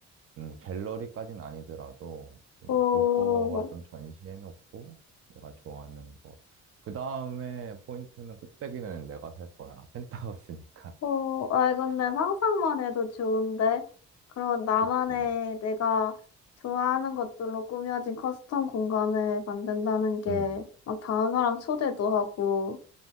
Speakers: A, on the right; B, on the left.
A: 음 갤러리까지는 아니더라도 좀
B: 오,
A: 볼 거가 좀 전시해 놓고 내가 좋아하는 거. 그다음에 포인트는 꼭대기는 내가 살 거야. 펜트하우스니까.
B: 오. 아, 근데 상상만 해도 좋은데? 그런 나만의
A: <laughs> 그치.
B: 내가 좋아하는 것들로 꾸며진 커스텀 공간을 만든다는 게
A: 응.
B: 막 다른 사람 초대도 하고,